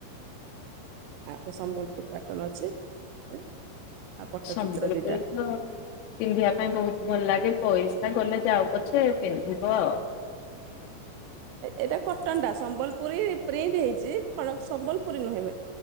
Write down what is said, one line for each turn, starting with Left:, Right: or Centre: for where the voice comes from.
Right: ଆ ସମ୍ବଲପୁର ପାଟନ ଅଛି ଗୋଟେ ଆଉ ପଟ୍ଟଚିତ୍ର
Left: ସମ୍ବଲପୁରୀ
Right: ଦିଟା।
Left: ତ ପିନ୍ଧିବା ପାଇଁ ବହୁତ ଭଲ ଲାଗେ ପଇସା ଗଲେ ଯାଉ ପଛେ ପିନ୍ଧିବ ଆଉ।
Right: ଏଇଟା କଟନ ଟା, ସମ୍ବଲପୁରୀ ପ୍ରିଣ୍ଟ ହେଇଛି କଣ ସମ୍ବଲପୁରୀ ନୁହେଁ ମେ